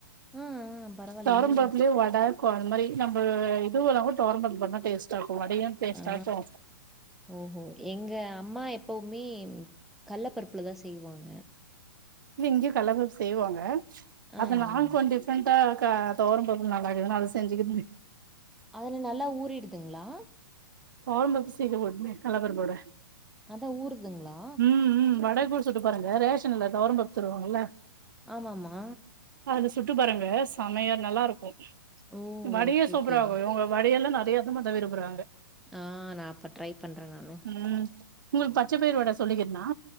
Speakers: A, in the centre; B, on the right.
A: ஆ, ஆ. பரவாயில்லயே!
B: தொவரம் பருப்புலயே வட அந்த மாரி நம்ப இதுவு இல்லாம தொவரம்பருப்பு பண்ணா டேஸ்டா இருக்கு வடயு டேஸ்டா
A: ஆ.
B: இருக்கு
A: ஓஹோ எங்க அம்மா எப்பவுமே கல்ல பருப்புல தா செய்வாங்க
B: இங்க இங்கயு கல்ல பருப்பு செய்வாங்க
A: ஆ,
B: அத
A: ஆ.
B: ஆண் கொண்டு இந்த க தொவரம்பருப்பு நல்லாருக்குதுனு அத செஞ்சுக்கிறது
A: அதுல நல்லா ஊறிடுதுங்களா
B: பாவம்பாத்து <unintelligible> கல்லபருப்பொட
A: அதா ஊறுதுங்களா
B: ம் ம் வட கூ சுட்டு பாருங்க ரேஷன்ல தொவரம்பருப்பு தருவாங்கல
A: ஆமாமா
B: அதுல சுட்டு பாருங்க செம்மயா நல்லாருக்கு
A: ஓ
B: வடயே
A: ஓகே
B: சூப்பராக்கு
A: ஓகே
B: இவங்க வடயெல்லா நெறையதுமாதா விரும்புறாங்க
A: ஆ நா அப்ப ட்ரை பண்ற நானு
B: ம் உங்களுக்கு பச்ச பயிர் வட சொல்லிக்கேர்னா